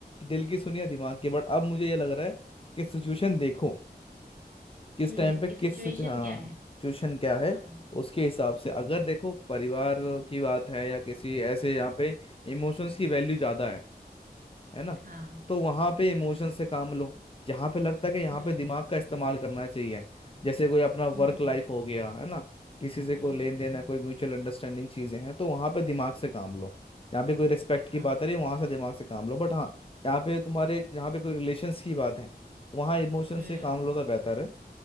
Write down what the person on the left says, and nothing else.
दिल की सुनिए दिमाग की बट अब मुझे ये लग रहा है कि सिचुएशन देखो
किस टाइम पे किस
सिचु- हाँ
सिचुएशन क्या है
उसके हिसाब से अगर देखो परिवार की बात है या किसी ऐसे यहाँ पे इमोशंस की वैल्यू ज़्यादा है है ना
तो वहाँ पे
इमोशंस से काम लो जहाँ पे लगता है कि यहाँ
पे दिमाग का इस्तेमाल करना चाहिए जैसे कोई अपना वर्क
लाइफ हो गया है ना किसी से कोई
लेन देन
है कोई म्यूचुअल अंडरस्टैंडिंग चीज़ें हैं तो वहाँ पे दिमाग से काम लो यहाँ पे कोई रिस्पेक्ट
की बात है रही वहाँ से दिमाग से काम लो बट हाँ यहाँ पे तुम्हारे यहाँ पे कोई रिलेशंस की बात है वहाँ इमोशन
से काम लो तो बेहतर है